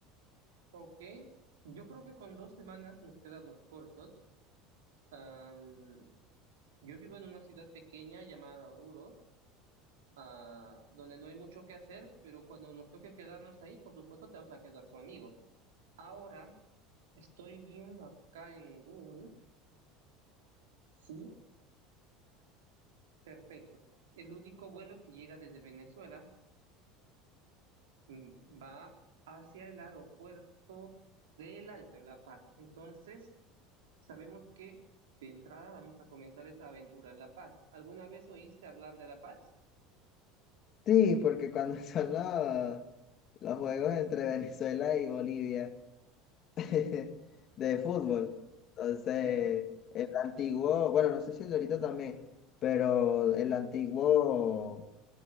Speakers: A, on the right (about 85°); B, on the left (about 45°).
A: Ok, yo creo que con dos semanas nos quedamos cortos. Am, Yo vivo en una ciudad pequeña llamada Oruro, ah, donde no hay mucho que hacer, pero cuando nos toque quedarnos ahí, por supuesto te vas a quedar conmigo. Ahora estoy viendo acá en Google, sí, perfecto. El único vuelo que llega desde Venezuela mm, va hacia el aeropuerto del Alto, en La Paz. Entonces, sabemos que de entrada vamos a comenzar esa aventura en La Paz. ¿Alguna vez oíste hablar de La Paz?
B: Sí, porque cuando <laughs> son los, los juegos entre Venezuela y Bolivia <laughs> de fútbol, entonces
A: Sí.
B: el antiguo, bueno, no sé si el de ahorita también, pero el antiguo